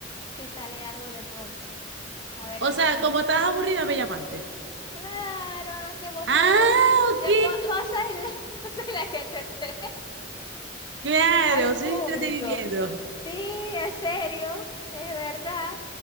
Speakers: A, on the left; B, on the right.
A: si sale algo de pronto. A ver,
B: O
A: algo
B: sea,
A: que me...
B: como estás aburrida, me llamaste.
A: Claro, que vos
B: Ah,
A: sois...
B: ok.
A: ya, Vos, vos sois la <laughs> vos sois la que entretenés.
B: Claro,
A: al público.
B: soy entretenimiento.
A: Sí, es serio, es verdad.